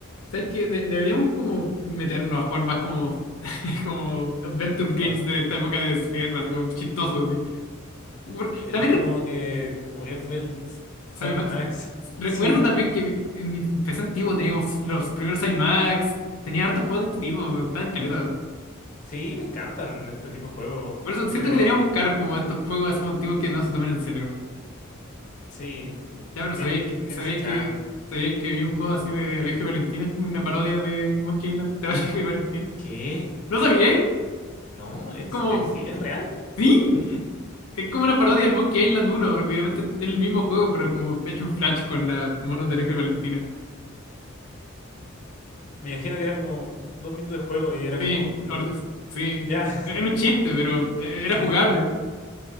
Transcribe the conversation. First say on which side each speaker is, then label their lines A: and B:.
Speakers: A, on the left; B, on the left.
A: ¿Sabes qué? De- deberíamos como meternos a jugar más como, <laughs> como adventure
B: No,
A: games de esta época de sierra, así como chistosos. así. Por-
B: el
A: También,
B: último
A: recu-
B: que jugué fue el S-
A: Sammy
B: Summon
A: Max.
B: Max. <laughs>
A: Recuerdo
B: Sí,
A: también que mi- en mi PC antiguo teníamos los primeros Sammy Max, tenía hartos juegos de este tipo, me gustaban caleta.
B: sí, me encantan este tipo de juegos.
A: Por eso siento
B: Pero
A: que deberíamos buscar como estos juegos así como antiguos que no se tomen en serio.
B: sí,
A: Ya, pero
B: tienen,
A: sabía que,
B: tienen
A: sabía
B: su charm.
A: que, sabía que había un juego así de Alejo y Valentina, una parodia de Monkey Island de <laughs> Alejo y Valentina.
B: ¿Qué?
A: ¿No sabía?
B: No, ex-
A: Es Como,
B: exi- ¿es real?
A: sí. Es como una parodia del Monkey Island uno literalmente es el mismo juego, pero como hecho en Flash con las monos de Electra y Valentina.
B: Me imagino que era como dos minutos de juego y era
A: Sí,
B: como LOL.
A: ahora es- sí.
B: Ya. <laughs>
A: Era un chiste, pero eh, era
B: Sí.
A: jugable.